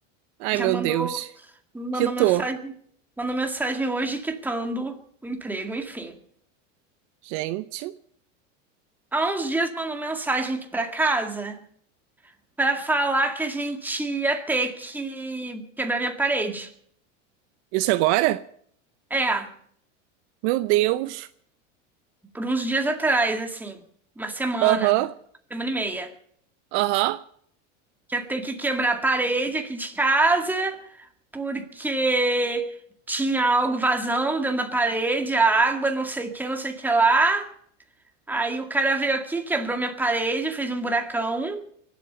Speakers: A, on the right; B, in the centre.
A: Ai,
B: Já
A: meu
B: mandou,
A: Deus.
B: mandou
A: Que tô.
B: mensagem, mandou mensagem hoje quitando o emprego, enfim.
A: Gente,
B: Há uns dias mandou mensagem aqui pra casa pra falar que a gente ia ter que quebrar minha parede.
A: isso é agora?
B: É,
A: Meu Deus.
B: por uns dias atrás, assim, uma semana,
A: Aham,
B: uma semana e meia.
A: aham.
B: que ia ter que quebrar a parede aqui de casa, porque tinha algo vazando dentro da parede, a água, não sei o que, não sei o que lá. Aí o cara veio aqui, quebrou minha parede, fez um buracão.